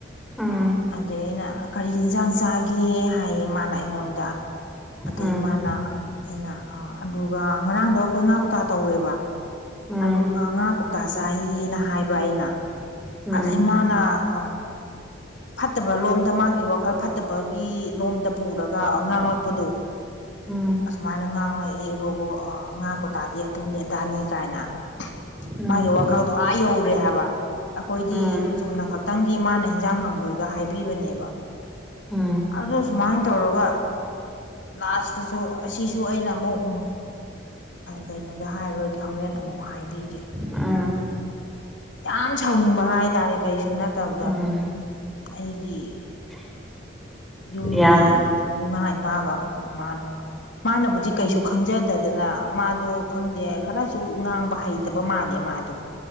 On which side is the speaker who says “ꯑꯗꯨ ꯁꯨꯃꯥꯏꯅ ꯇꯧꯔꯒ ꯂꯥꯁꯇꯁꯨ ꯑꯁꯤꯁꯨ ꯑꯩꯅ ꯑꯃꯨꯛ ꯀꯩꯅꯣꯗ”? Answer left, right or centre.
Left